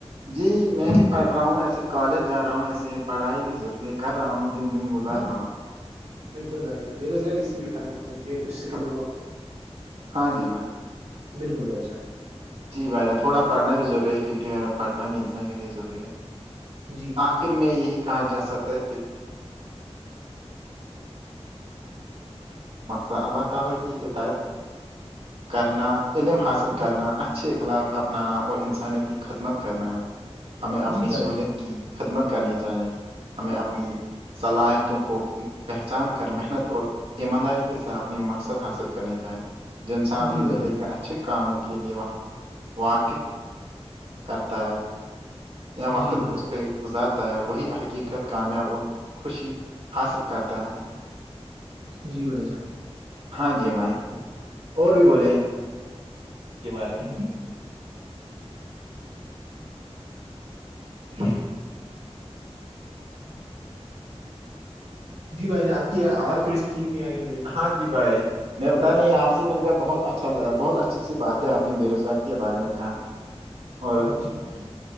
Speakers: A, on the right; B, on the right.
A: جی میں بھی پڑھ رہا ہوں ایسے کالج جا رہا ہوں ایسے پڑھائی بھی ضروری کر رہا ہوں تین دن گزار
B: ہاں
A: رہا ہوں
B: بالکل بھائی جان بے روزگاری اس سے بھی ختم ہو سکتی ہے کچھ سکل
A: ہاں ہاں جی بھائی
B: بالکل بھائی شان
A: جی بھائی تھوڑا پڑنا بھی ضروری ہے کیونکہ پڑھنا بھی انسان کے لیے ضروری ہے
B: جی
A: آخر میں یہی کہا جا سکتا ہے کہ اللہ تعالی کی ہدایت کرنا علم
B: جی
A: حاصل
B: جی
A: کرنا اچھے اخلاق اپنانا اور انسانی کی ختم کرنا ہے ہمیں اپنی
B: جی بھائی
A: سہولت
B: جان
A: کی خدمت کرنے چاہیں ہمیں اپنی صلاحیتوں کو پہچان کر محنت اور ایمانداری کے ساتھ اپنی مقصد حاصل کرنے جائیں جنسان اپنی
B: جی بھائی
A: زندگی
B: جان
A: کا اچھے کاموں کے لیے واقف کرتا ہے اں وقت
B: جی بھائی
A: بس
B: جان
A: پ گزارتا ہے وہی حقیقت کامیاب اور خوشی حاصل کرتا ہے
B: جی بھائی جان
A: ہاں جی میں اور بھی بولے اس کے بارے میں
B: جی
A: ہ
B: جی بھائیان آپ کی آواز تھوڑ سیٹیک نہیں آئیی
A: ہاں جی بھائی میں بتا رہای یہ آپ سے مل کر بہت اچھا لگا بہت اچھی سی بات ہے آپ نے بے روزگاری کے بارے میں کہا اور
B: جی بھائی جان